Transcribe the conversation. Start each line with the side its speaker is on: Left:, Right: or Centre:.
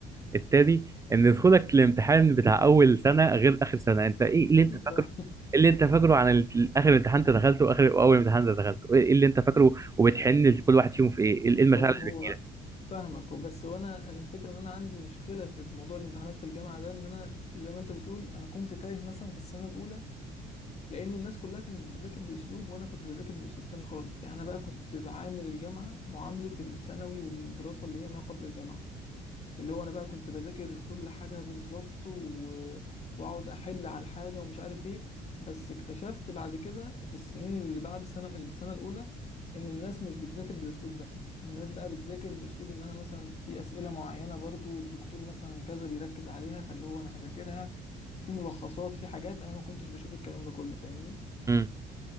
Right: التاني ان دخولك الامتحان بتاع اول سنه غير اخر سنه انت ايه اللي
Left: اكيد
Right: انت فاكره
Left: طبعا
Right: إيه اللي انت فاكره عن ال- اخر امتحان انت دخلته واخر واول امتحان انت دخلته ايه إيه اللي انت فاكره وبتحن لكل واحد فيهم في ايه
Left: <laughs>
Right: ايه المشاعر
Left: هو
Right: اللي
Left: هو
Right: بتجيلك
Left: فاهمك بس هو انا أنا الفكره ان انا عندي مشكله في موضوع الامتحانات في الجامعه ده ان انا زي ما انت بتقول انا كنت تايه مثلا في السنه الاولى لان الناس كلها كانت بتذاكر باسلوب وانا كنت بذاكر باسلوب تاني خالص يعني انا بقى كنت بعامل الجامعه معامله الثانوي والدراسه اللي هي ما قبل الجامعه اللي هو انا بقى كنت بذاكر كل حاجه بالظبط و... واقعد احل على الحاجه ومش عارف ايه بس اكتشفت بعد كده في السنين اللي بعد السنه السنه الاولى ان الناس مش بتذاكر بالاسلوب ده الناس بقى بتذاكر باسلوب ان انا مثلا في اسئله معينه برضو الدكتور مثلا كذا بيركز عليها فاللي هو انا هذاكرها في ملخصات في حاجات انا ما كنتش بشوف الكلام ده كله فاهمني
Right: أمم.